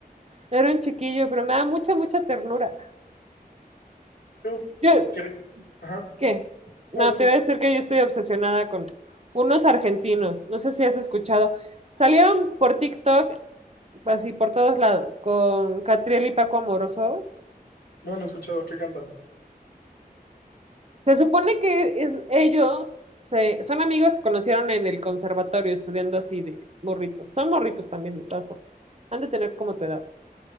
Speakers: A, on the right; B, on the left.
A: era un chiquillo, pero me da mucha, mucha ternura.
B: Yo
A: Yo,
B: cre- Ajá,
A: ¿qué?
B: no,
A: No,
B: dime.
A: te voy a decir que yo estoy obsesionada con unos argentinos, no sé si has escuchado. Salieron por TikTok así por todos lados, con Catriel y Paco Amoroso.
B: No, no he escuchado, ¿qué cantan?
A: Se supone que es, ellos se, son amigos, se conocieron en el conservatorio estudiando así de morritos. Son morritos también, de todas formas. Han de tener como tu edad.